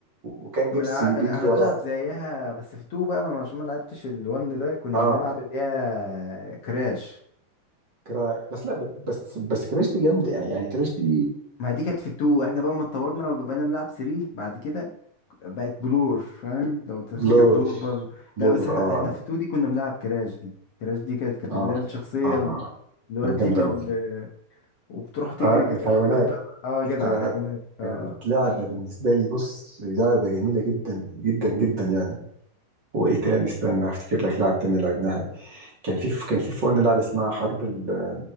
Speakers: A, on the right; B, on the left.
A: وكان
B: ما
A: بيبسي
B: انا ع- انا
A: بيجري
B: أنا
A: وراه
B: بلعب زيها بس في التو بقى ما أنا عشان ما لعبتش الون ده كنا
A: اه
B: بنلعب اللي هي كراش
A: كرا... بس لا ب- بس بس كراش دي جامدة يعني يعني كراش دي
B: ما دي كانت في التو احنا بقى ما اتطورنا وبقينا بنلعب 3 بعد كده بقت بلور فاهم لو تفتكر
A: لور
B: بلور برضه
A: لور
B: لا بس احنا
A: اه
B: احنا في 2 دي كنا بنلعب كراش دي كراش دي كانت كانت
A: اه
B: اللي هي الشخصية
A: اه
B: اللي
A: آه،
B: هو
A: كانت
B: الديب
A: جامدة
B: ال-
A: قوي
B: وبتروح تجري
A: اه
B: كده
A: الحيوانات
B: وكل واحد بيعمل- اه جدع
A: الحيوانات
B: حيوانات اه
A: كانت لعبة بالنسبة لي بص لعبة جميلة جدا جدا جدا يعني وإيه تاني استنى أفتكر لك لعب تاني لعبناها كان في كان في فن لعبة اسمها حرب ال